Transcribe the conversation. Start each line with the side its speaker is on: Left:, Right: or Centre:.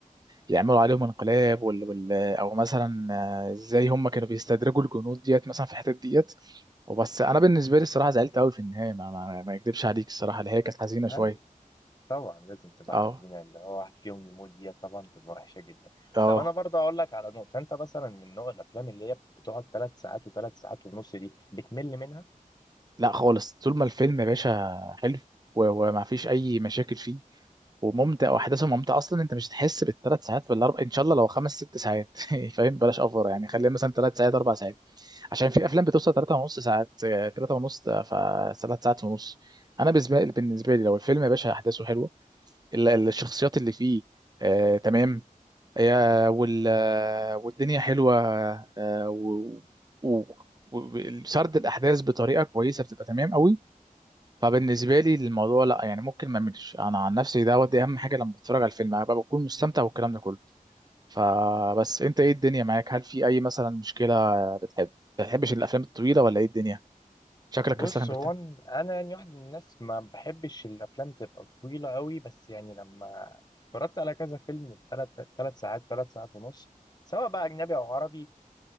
Right: يعملوا عليهم انقلاب وال... وال... او مثلا آه، ازاي هم كانوا بيستدرجوا الجنود ديت مثلا في الحتت ديت وبس انا بالنسبه لي الصراحه زعلت قوي في النهايه ما, ما... ما اكدبش عليك الصراحه اللي هي كانت حزينه شويه
Left: أيوة طبعا لازم تبقى
Right: اه
Left: حزينة اللي هو واحد فيهم يموت دي طبعا تبقى وحشة جدا
Right: اه
Left: طب أنا برضه أقول لك على نقطة أنت مثلا من نوع الأفلام اللي هي بتقعد ثلاث ساعات وثلاث ساعات ونص دي بتمل منها؟
Right: لا خالص طول ما الفيلم يا باشا حلو و- وما فيش اي مشاكل فيه وممتع واحداثه ممتعه اصلا انت مش هتحس بالثلاث ساعات والاربع ان شاء الله لو خمس ست ساعات <laughs> فاهم بلاش اوفر يعني خليها مثلا ثلاث ساعات اربع ساعات عشان في افلام بتوصل ثلاثة ونص ساعات ثلاثة ونص فثلاث ساعات ونص انا بالنسبه بالنسبه لي لو الفيلم يا باشا احداثه حلوه ال- ال- الشخصيات اللي فيه آه تمام يا وال آه، والدنيا حلوه آه و و- و- وسرد الاحداث بطريقه كويسه بتبقى تمام قوي فبالنسبه لي الموضوع لا يعني ممكن ما اعملش انا عن نفسي دوت دي اهم حاجه لما بتفرج على الفيلم ابقى بكون مستمتع والكلام ده كله فبس انت ايه الدنيا معاك هل في اي مثلا مشكله بتحب ما بتحبش الافلام الطويله ولا ايه الدنيا شكلك
Left: بص
Right: لسه كان بتاع
Left: هو أن- انا يعني واحد من الناس ما بحبش الافلام تبقى طويله قوي بس يعني لما اتفرجت على كذا فيلم بثلاث ثلاث ساعات ثلاث ساعات ونص سواء بقى اجنبي او عربي